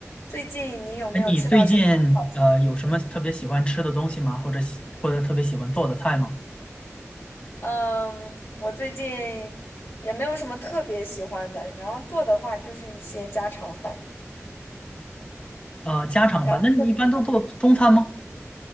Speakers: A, on the left; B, on the left.
A: 最近你有没有吃到什么好吃的
B: 哎，你最近呃有什么特别喜欢吃的东西吗？
A: 东西？
B: 或者喜或者特别喜欢做的菜吗？
A: 嗯，我最近也没有什么特别喜欢的，然后做的话就是一些家常饭，
B: 呃，
A: <laughs>
B: 家常饭，
A: 然后做的比较多
B: 那你一般都做中餐吗？